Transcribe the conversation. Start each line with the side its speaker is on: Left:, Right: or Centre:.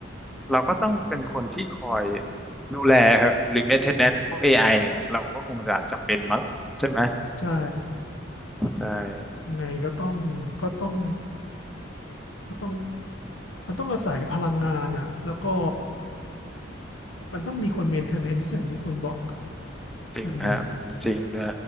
Centre: เราก็ต้องเป็นคนที่คอยดูแลหรือ maintenance พวกเอไอเนี่ยเราก็คงจะจำเป็นมั้งใช่ไหม
Left: ใช่
Centre: ใช่
Left: ยังไงก็ต้องก็ต้อง ก็ต้องมันต้องอาศัยพลังงานอะแล้วก็มันต้องมีคนเมนเทนแนนซ์อย่างที่คุณบอกครับ
Centre: จริงฮะอืมจริงนะ
Left: เออ